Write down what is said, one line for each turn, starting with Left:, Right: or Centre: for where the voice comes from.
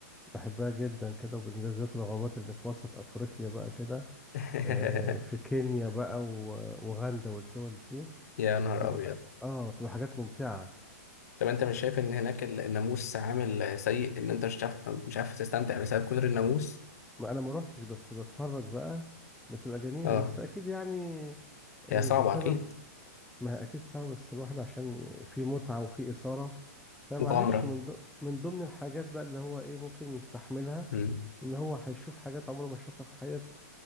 Centre: بحبها جدا كده وبالذات الغابات اللي في وسط افريقيا بقى كده
Left: <laughs>
Centre: آه في كينيا بقى و- واوغندا والدول دي
Left: يا نهار
Centre: تبقى
Left: ابيض
Centre: اه تبقى حاجات ممتعة
Left: طب انت مش شايف ان هناك ال- الناموس عامل سيء ان انت مش عارف مش عارف تستمتع بسبب كتر الناموس
Centre: ما انا ما روحتش بس بتفرج بقى بتبقى جميلة
Left: اه
Centre: بس اكيد يعني آه،
Left: هي صعبه
Centre: بسبب
Left: اكيد
Centre: ما هي اكيد صعب بس الواحد عشان في متعة وفي إثارة فمعلش
Left: مغامره
Centre: من ض... من ضمن الحاجات بقى اللي هو ايه ممكن يستحملها
Left: مم.
Centre: ان هو هيشوف حاجات عمره ما شافها في حياته